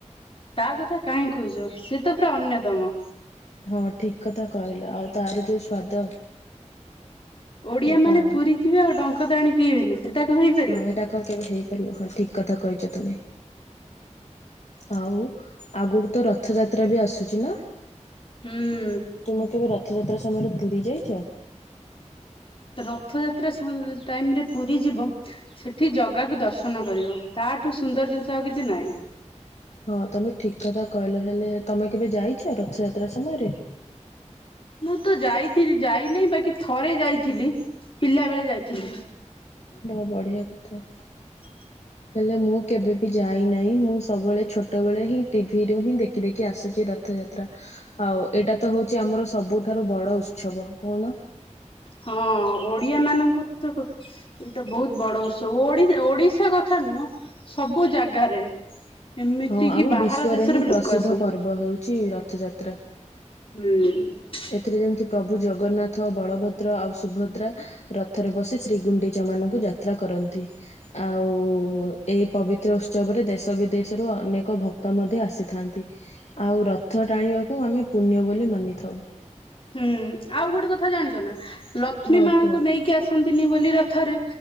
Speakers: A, on the left; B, on the left.
A: ତା କଥା କାହିଁ କହୁଛ ସେ ତ ପୁରା ଅନ୍ୟତମ।
B: ହଁ ଠିକ୍ କଥା କହିଲ ଆଉ ତାର ଯୋଉ ସ୍ଵାଦ
A: ଓଡ଼ିଆ
B: ହଁ
A: ମାନେ ପୁରୀ ଯିବେ ଆଉ ଡଙ୍କ ତୋରାଣି ପିଇବେନି ସେଟା କଣ ହେଇ ପାରିବ?
B: ହଁ ଏଇଟା କଣ କେବେ ହେଇପାରିବ ହଁ ଠିକ୍ କଥା କହିଚ ତୁମେ। ଆଉ ଆଗୁକୁ ତ ରଥଯାତ୍ରା ବି ଆସୁଛି ନା?
A: ହୁଁ।
B: ତୁମେ କେବେ ରଥ ଯାତ୍ରା ସମୟରେ ପୁରୀ ଯାଇଚ?
A: ରଥ ଯାତ୍ରା ସମ୍ ଟାଇମ୍ ରେ ପୁରୀ ଯିବ ସେଠି ଜଗାକୁ ଦର୍ଶନ କରିବ ତା ଠୁ ସୁନ୍ଦର୍ ଜିନିଷ ଆଉ କିଛି ନାହିଁ।
B: ହଁ ତମେ ଠିକ କଥା କହିଲ ହେଲେ ତମେ କେବେ ଯାଇଛ ରଥଯାତ୍ରା ସମୟରେ
A: ମୁଁ ତ ଯାଇଥିଲି ଯାଇନେହି ବାକି ଥରେ ଯାଇଥିଲି ପିଲା ବେଳେ ଯାଇଥିଲି।
B: ବହୁତ ବଢ଼ିଆ କଥା।
A: <unintelligible>
B: ହେଲେ ମୁଁ କେବେ ଭି ଯାଇନାହିଁ ମୁଁ ସବୁବେଳେ ଛୋଟବେଳେ ହିଁ ଟିଭିରୁ ହିଁ ଦେଖି ଦେଖି ଆସୁଛି ର ରଥଯାତ୍ରା ଆଉ ଏଇଟା ତ ହଉଛି ଆମର ସବୁଠାରୁ ବଡ ଉତ୍ସବ କହୁନ
A: ହଁ ଓଡିଆମାନଙ୍କର ତ ଏଇଟା ବହୁତ ବଡ ଉତ୍ସବ ଓଡ଼ି ଓଡିଶା କଥା ନୁହଁ ସବୁ ଜାଗାରେ। ଏମିତି
B: ହଁ
A: କି
B: ଆମ
A: ବାହାର
B: ବିଶ୍ୱରେ
A: ଦେଶରୁ
B: ହିଁ
A: ବି ଲୋକ
B: ପ୍ରସିଦ୍ଧ
A: ଆସନ୍ତି।
B: ପର୍ବ ହେଉଛି ରଥଯାତ୍ରା
A: ହୁଁ।
B: ଏଥିରେ ଯେମିତି ପ୍ରଭୁ ଜଗନ୍ନାଥ ବଳଭଦ୍ର ଆଉ ସୁଭଦ୍ରା ରଥରେ ବସି ଶ୍ରୀ ଗୁଡିଚାମାନଙ୍କୁ ଯାତ୍ରା କରନ୍ତି। ଆଉ ଏଇ ପବିତ୍ର ଉତ୍ସବରେ ଦେଶ ବିଦେଶରୁ ଅନେକ ଭକ୍ତ ମଧ୍ୟ ଆସିଥାନ୍ତି। ଆଉ ରଥ ଟାଣିବାକୁ ଆମେ ପୁଣ୍ୟ ବୋଲି ମାନିଥାଉ।
A: ହୁଁ ଆଉ ଗୋଟେ କଥା ଜାଣିଛ ନା ଲକ୍ଷ୍ମୀମାଙ୍କୁ
B: ହଁ କୁହ
A: ନେଇ କି ଆସନ୍ତିନି ବୋଲି ରଥରେ